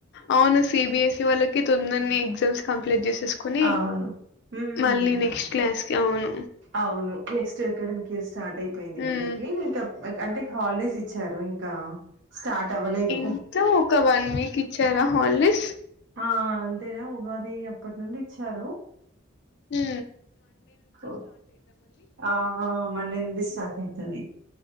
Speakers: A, on the left; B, on the right.
A: అవునా సిబిఎస్ఈ వాళ్ళకి తొందరని ఎగ్జామ్స్ కంప్లీట్ చేస్త కని
B: అవును. హ్మ్.
A: మళ్ళీ నెక్స్ట్ క్లాస్ కి అవును
B: అవును. నెక్స్ట్ అకాడమిక్ ఇయర్ స్టార్ట్ అయిపోయింది
A: హ్మ్.
B: వీళ్ళకి ఇంకా అంటే హాలిడేస్ ఇచ్చారు ఇంకా స్టార్ట్ అవ్వలేదు.
A: ఇంత ఒక వన్ వీక్ ఇచ్చారా హాలిడేస్
B: ఆ అంతేనా ఉగాది అప్పటి నుండి ఇచ్చారు
A: హ
B: ఓ ఆ మండే నుండి స్టార్ట్ అయితంది